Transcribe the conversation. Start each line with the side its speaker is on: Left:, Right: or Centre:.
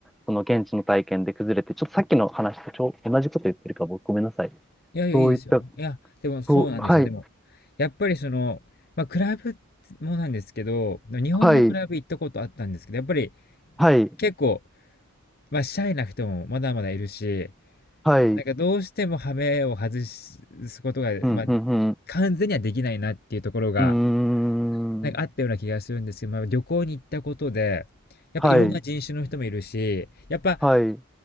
Centre: その現地の体験で崩れて、ちょっとさっきの話とちょ同じこと言ってるか、僕ごめんなさい。
Left: いやいや、
Centre: そういった
Left: いいですよ。いや、でもそうなんですよ。
Centre: と、はい、
Left: でも、やっぱりその、まあ、クラブもなんですけど、日本のクラブ行ったことあったんですけど、
Centre: はい、
Left: やっぱり
Centre: はい、
Left: 結構、まあ、シャイな人もまだまだいるし、
Centre: はい、うん、
Left: なんかどうしてもハメを外すことが、
Centre: うん、
Left: まあ、完全にはできないなっていうところが、
Centre: うん、
Left: なんかあったような気がするんですけど、
Centre: うーん、
Left: まあ、旅行に行ったことで、やっぱいろんな人種の人もいるし、
Centre: はい、
Left: やっぱ
Centre: はい、